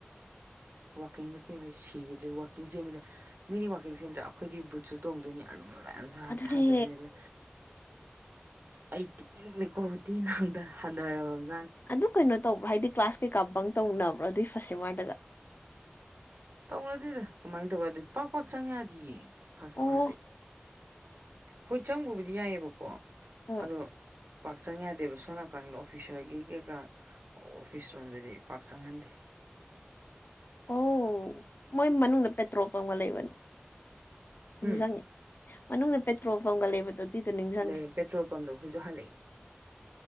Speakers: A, on the right (about 60°); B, on the left (about 55°).
A: ꯋꯥꯥꯛꯀꯤꯡꯒ ꯆꯦꯟꯕꯁꯦ ꯁꯤꯒꯦ ꯑꯗꯩ ꯋꯥꯥꯛꯀꯤꯡ ꯆꯦꯟꯕꯗ ꯃꯤꯗꯤ ꯋꯥꯔꯛ ꯆꯦꯟꯗ꯭ꯔꯥ ꯑꯩꯈꯣꯏꯗꯤ ꯕꯨꯠꯁꯨ ꯇꯣꯡꯗꯣꯏꯅꯤ ꯑꯔꯨꯝꯕ ꯃꯌꯥꯝ
B: ꯑꯗꯨꯅꯦ
A: <unintelligible> ꯊꯥꯖꯟꯅꯅꯤ ꯑꯩ ꯊꯤꯅꯀꯣ ꯊꯤꯅ ꯍꯟꯊ ꯍꯟꯊꯔꯕꯅꯤ
B: ꯑꯗꯨ ꯀꯩꯅꯣ ꯇꯧꯕ꯭ꯔꯣ ꯍꯥꯏꯗꯤ ꯀ꯭ꯂꯥꯁ ꯀꯩꯀꯥ ꯕꯪ ꯇꯧꯅꯕ꯭ꯔꯣ ꯑꯗꯨꯏ ꯐꯥꯁ ꯑꯦ ꯃꯥꯔꯗꯒ
A: ꯇꯧꯅꯗꯦꯗ ꯀꯃꯥꯏꯅ ꯇꯧꯕꯒ ꯑꯗꯨ ꯄꯥꯛ ꯄꯥꯛ ꯆꯪ ꯌꯥꯗꯤ ꯌꯦ ꯐꯁ ꯑꯦꯝ
B: ꯑꯣ
A: ꯑꯔꯁꯦ ꯍꯣꯏ ꯆꯪꯕꯕꯨꯗꯤ ꯌꯥꯏꯑꯕꯀꯣ
B: ꯎꯝ
A: ꯑꯗꯣ ꯄꯥꯛ ꯆꯪ ꯌꯥꯗꯦꯕ ꯁꯣꯝ ꯅꯥꯀꯟꯒꯤ ꯑꯣꯐꯤꯁꯔꯒꯤ ꯀꯩꯀꯥ ꯑꯣꯐꯤꯁꯔꯣꯝꯗꯗꯤ ꯄꯥꯛ ꯆꯪꯍꯟꯗꯦ
B: ꯑꯣ ꯃꯣꯏ ꯃꯅꯨꯡꯗ ꯄꯦꯇ꯭ꯔꯣꯜ ꯄꯪꯒ ꯂꯩꯕꯅꯦ
A: ꯎꯝ
B: ꯅꯤꯡꯁꯤꯡꯉꯦ ꯃꯅꯨꯡꯗ ꯄꯦꯇ꯭ꯔꯣꯜ ꯄꯝꯒ ꯂꯩꯕꯗꯨ ꯑꯗꯨꯗꯣ ꯅꯤꯡꯁꯤꯡꯉꯦ
A: ꯂꯩ ꯄꯦꯇ꯭ꯔꯣꯜ ꯄꯝꯗꯣ ꯑꯩꯈꯣꯏꯁꯨ ꯍꯜꯂꯛꯏ